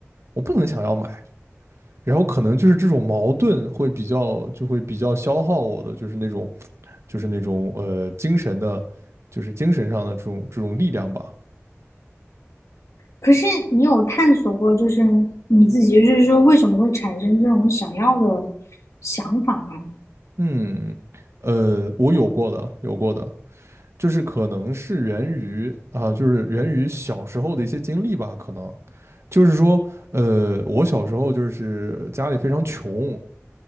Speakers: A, on the right (about 60°); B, on the left (about 85°).
A: 我不能想要买，然后可能就是这种矛盾会比较，就会比较消耗我的，就是那种，就是那种，呃，精神的，就是精神上的这种这种力量吧。
B: 可是你有探索过，就是你自己，就是说为什么会产生这种想要的想法吗？
A: 嗯，呃，我有过的，有过的，就是可能是源于啊，就是源于小时候的一些经历吧，可能就是说，呃，我小时候就是家里非常穷，